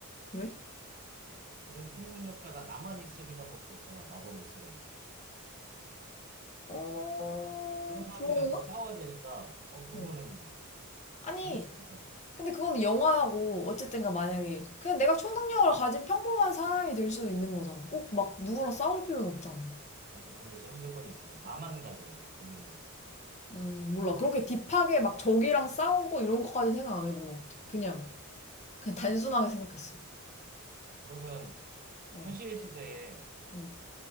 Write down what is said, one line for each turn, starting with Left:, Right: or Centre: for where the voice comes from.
Left: 왜?
Right: 그런 초능력자가 나만 있으리란 법도 없잖아, 마법을 쓰거나.
Left: 어,
Right: 그런 사람들이랑
Left: 그런가?
Right: 또 싸워야 되니까, 어, 그거는
Left: 응. 아니,
Right: 죽을 수도 있잖아.
Left: 근데 그건 영화하고 어쨌든가 만약에 그냥 내가 초능력을 가진 평범한 사람이 될 수도 있는 거잖아. 꼭 막 누구랑 싸울 필요는 없잖아.
Right: 맞아. 근데 전제 조건이 있어. 나만 가져야 돼, 그 능력은.
Left: 음, 몰라. 그렇게 딥하게 막 적이랑 싸우고 이런 것까지 생각 안 해본 것 같아. 그냥. 그냥 단순하게 생각했어.
Right: 그러면
Left: 어,
Right: 현실 시대에
Left: 음,